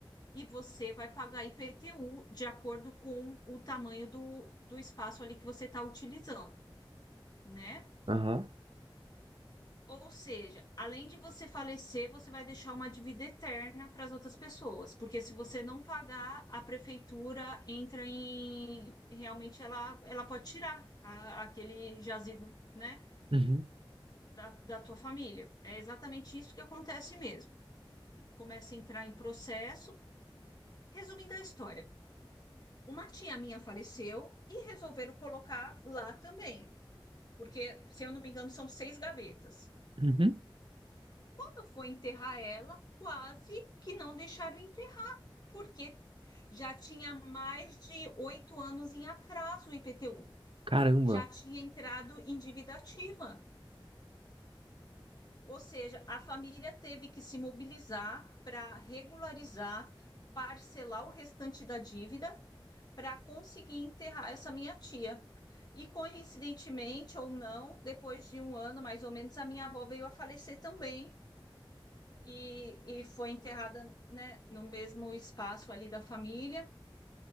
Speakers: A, on the left; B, on the right.
A: e você vai pagar IPTU de acordo com o tamanho do, do espaço ali que você está utilizando, né?
B: Aham.
A: Ou seja, além de você falecer, você vai deixar uma dívida eterna para as outras pessoas, porque se você não pagar, a prefeitura entra em. Realmente, ela, ela pode tirar a- aquele jazido, né?
B: Uhum.
A: da, da tua família. É exatamente isso que acontece mesmo. Começa a entrar em processo. Resumindo a história, uma tia minha faleceu e resolveram colocar lá também, porque, se eu não me engano, são seis gavetas.
B: Uhum.
A: Quando foi enterrar ela, quase que não deixaram enterrar, porque já tinha mais de oito anos em atraso o IPTU,
B: Caramba.
A: já tinha entrado em dívida ativa. Ou seja, a família teve que se mobilizar para regularizar, parcelar o restante da dívida para conseguir enterrar essa minha tia. E coincidentemente ou não, depois de um ano mais ou menos, a minha avó veio a falecer também e, e foi enterrada, né, no mesmo espaço ali da família.